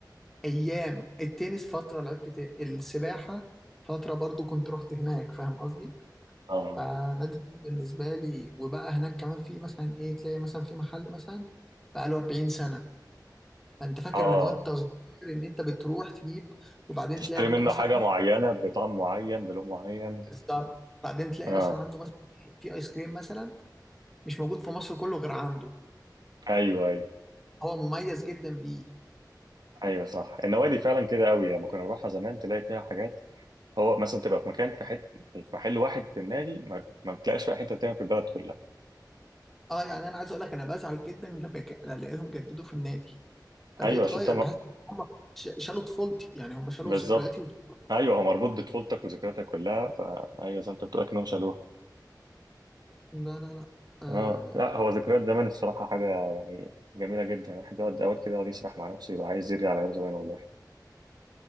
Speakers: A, in the centre; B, on the right (about 65°).
A: ايام التنس فتره لعبت ت- السباحه فتره برضو كنت رحت هناك فاهم قصدي
B: اه
A: فنادي الصيد بالنسبه لي وبقى هناك كمان في مثلا ايه تلاقي مثلا في محل مثلا بقى له 40 سنه فانت فاكر
B: اه
A: من وانت صغير ان انت بتروح تجيب وبعدين
B: تشتري
A: تلاقي عنده
B: منه
A: مثلا
B: حاجه معينه بطعم معين بلون معين
A: بالظبط بعدين تلاقي
B: اه
A: مثلا عنده مثلا إيه، في ايس كريم مثلا مش موجود في مصر كله غير عنده
B: ايوه ايوه
A: هو مميز جدا بيه
B: ايوه صح النوادي فعلا كده قوي لما كنا نروحها زمان تلاقي فيها حاجات هو مثلا تبقى في مكان في حته في محل واحد في النادي ما, ما بتلاقيش بقى حته تانية في البلد كلها
A: اه يعني انا عايز اقول لك انا بزعل جدا لما ك- لما الاقيهم جددوا في النادي بلاقيه
B: ايوه
A: اتغير
B: عشان انت م-
A: بحس هم شالوا طفولتي يعني هم شالوا
B: بالظبط
A: ذكرياتي وط...
B: ايوه هو مربوط بطفولتك وذكرياتك كلها فايوه زي ما انت بتقول اكنهم شالوها
A: لا لا لا آه...
B: اه لا هو ذكريات زمان الصراحه حاجه يعني جميله جدا الواحد يقعد اوقات كده يقعد يسرح مع نفسه يبقى عايز يرجع لايام زمان والله